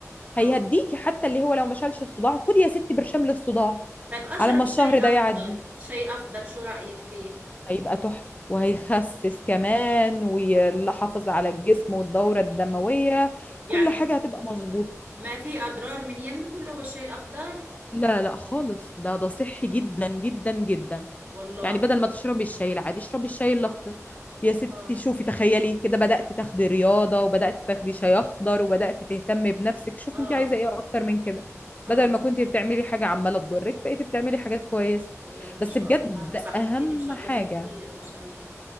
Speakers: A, on the left; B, on the right.
A: هيهديكي
B: اه
A: حتى اللي هو لو ما شالش الصداع خدي يا ستي برشام للصداع
B: طب اشرب
A: على ما الشهر
B: شاي اخضر
A: ده يعدي
B: شاي اخضر شو رايك فيه
A: هيبقى تحفة وهيخسس كمان ويحافظ على الجسم والدورة الدموية
B: يعني
A: كل حاجة هتبقى مظبوطة
B: ما في أضرار من يمته اللي هو الشاي الأخضر
A: لا لا خالص ده ده صحي جدا جدا جدا
B: والله
A: يعني بدل ما تشربي الشاي العادي اشربي الشاي الاخضر يا ستي
B: آه
A: شوفي تخيلي كده بدأتي تاخدي رياضة وبدأتي تاخدي شاي اخضر وبدأتي تهتمي بنفسك شوفي
B: آه
A: انت عايزة ايه اكتر من كده
B: آه
A: بدل ما كنت بتعملي حاجة عمالة تضرك بقيتي بتعملي حاجات كويسة
B: والله ما
A: بس
B: شاء
A: بجد
B: الله نصحتيني
A: اهم
B: بشغلات
A: حاجة
B: كتير ما شاء الله